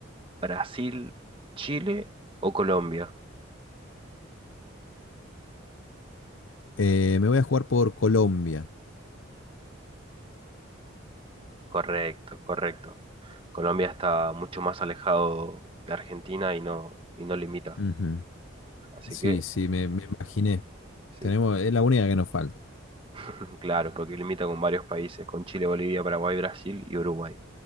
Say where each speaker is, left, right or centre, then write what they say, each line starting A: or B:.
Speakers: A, on the right; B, on the left.
A: Brasil, Chile o Colombia?
B: Eh, me voy a jugar por Colombia.
A: Correcto, correcto. Colombia está mucho más alejado de Argentina y no, y no limita.
B: Ujú.
A: Así
B: Sí,
A: que
B: sí, me, me imaginé.
A: sí,
B: Tenemos, es la única que nos falta.
A: <laughs> claro, porque limita con varios países, con Chile, Bolivia, Paraguay, Brasil y Uruguay.